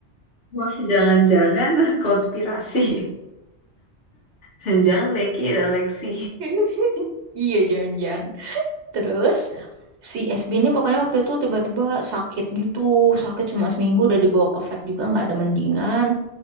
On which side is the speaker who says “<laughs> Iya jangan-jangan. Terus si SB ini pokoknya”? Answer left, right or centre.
Right